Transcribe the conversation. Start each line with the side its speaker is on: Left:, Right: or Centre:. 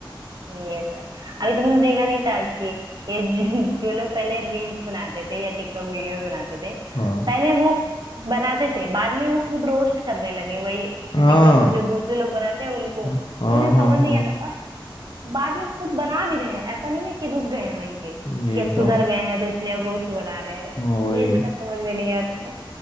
Right: ये तो है अभी तुमने देखा नहीं था कि ये जो जो लोग पहले रील्स बनाते थे या टिकटॉक वीडियोस बनाते थे
Left: हाँ
Right: पहले वो बनाते थे बाद में वो खुद रोस्ट करने लगे वही
Left: हाँ
Right: टिकटॉक जो दूसरे लोग बनाते हैं उनको
Left: हाँ हाँ
Right: तो मुझे
Left: हाँ
Right: समझ
Left: हाँ,
Right: नहीं आता और बाद में खुद बना भी रहे हैं ऐसा नहीं है कि रुक गए हैं वहीं पे
Left: यही
Right: कि अब सुधर
Left: तो
Right: गए हैं तो इसलिए अब रोस्ट बना रहे हैं
Left: हाँ
Right: मुझे
Left: वही
Right: इनका समझ में नहीं आता